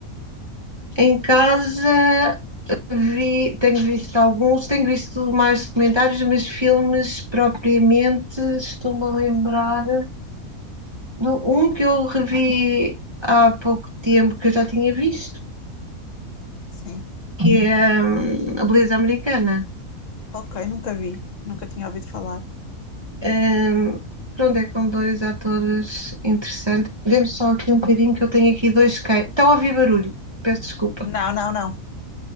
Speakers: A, on the right; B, on the left.
A: Em casa vi, tenho visto alguns, tenho visto mais documentários, mas filmes propriamente estou-me a lembrar de um que eu revi há pouco tempo, que eu já tinha visto,
B: Sim.
A: que é hum, A Beleza Americana.
B: Ok, nunca vi, nunca tinha ouvido falar.
A: Hum, Pronto, é com dois atores interessantes. Dê-me só aqui um bocadinho que eu tenho aqui dois cães. Estão a ouvir barulho, peço desculpa.
B: Não, não, não.